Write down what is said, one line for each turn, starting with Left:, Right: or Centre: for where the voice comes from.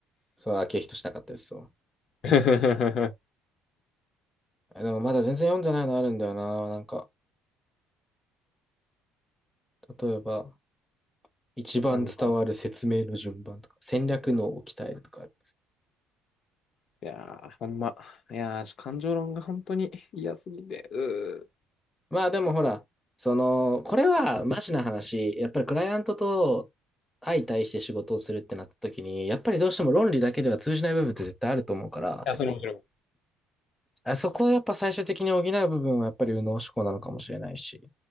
Centre: そう、あ、経費としなかったです、そう。
Left: <laughs>
Centre: えでもまだ全然読んでないのあるんだよな。なんか、例えば、一番伝わる説明の順番とか、
Left: 感じかな。
Centre: 戦略のを鍛えるとかある。
Left: いやー、ほんま。いやー、ちょ感情論が本当に嫌すぎて。うーい
Centre: まあでもほら、その、これはマジな話、やっぱりクライアントと相対して仕事をするってなった時に、やっぱりどうしても論理だけでは通じない部分って絶対あると思うから、
Left: や、それもそれも。
Centre: あそこをやっぱ最終的に補う部分はやっぱり右脳思考なのかもしれないし。